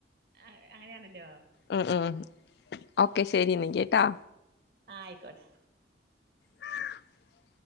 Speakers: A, on the right; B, on the left.
A: ആ അങ്ങനെയാണല്ലോ
B: ഉം ഉം ഓക്കെ ശരിന്ന കേട്ടാ
A: ആഹ ആയിക്കോട്ടെ
B: ആ